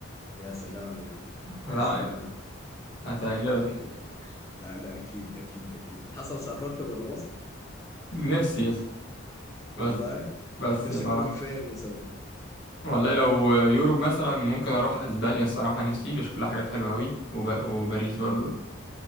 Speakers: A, on the left; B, on the left.
A: يا سلام يا الله
B: لا
A: يا سلام
B: هتعجبك
A: <laughs> لا لا اكيد اكيد اكيد حصل سافرت برا مصر
B: نفسي يس
A: والله
B: بس بس
A: نفسك
B: بقى
A: تروح فين مثلا
B: والله لو يوروب مثلا ممكن اروح اسبانيا الصراحه نفسي بشوف لها حاجات حلوه قوي وب... وباريس برضو
A: امم